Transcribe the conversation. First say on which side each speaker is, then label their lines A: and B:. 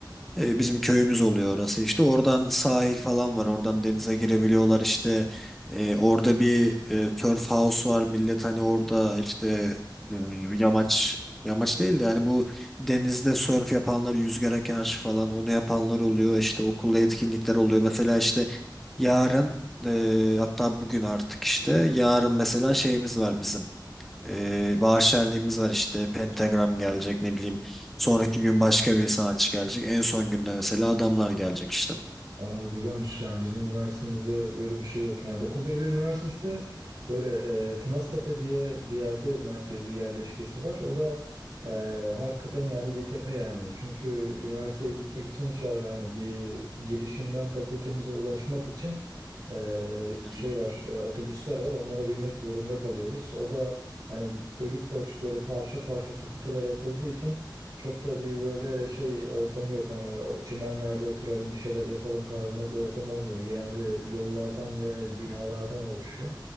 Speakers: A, in the centre; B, on the right.
A: E, bizim köyümüz oluyor orası işte. Oradan sahil falan var. Oradan denize girebiliyorlar işte. E, orada bir e, surf house var. Millet hani orada işte e, yamaç yamaç değil de yani bu denizde surf yapanlar yüzgara karşı falan onu yapanlar oluyor. İşte okulda etkinlikler oluyor. Mesela işte yarın e, hatta bugün artık işte yarın mesela şeyimiz var bizim. E, bahar şenliğimiz var işte Pentagram gelecek ne bileyim sonraki gün başka bir sanatçı gelecek en son günde mesela adamlar gelecek işte.
B: Aa, güzelmiş yani bizim üniversitemizde böyle bir şey yok. Yani dokuz Eylül Üniversitesi de böyle e, Tınaztepe diye bir yerde merkezi yerleşkesi var. O da e, hakikaten yani bir tepe yani. Çünkü üniversiteye gitmek için şey, yani bir girişinden fakültemize ulaşmak için e,
A: Hı
B: şey
A: hı.
B: var e, otobüsler var onlara binmek zorunda kalıyoruz. O da hani bölük pörçük böyle parça parça fakülteler yapıldığı için çok da bir böyle şey ortamı yok hani o çimenlerde oturalım bir şeyler yapalım tarzında bir ortam olmuyor. Genelde yollardan ve binalardan oluşuyor.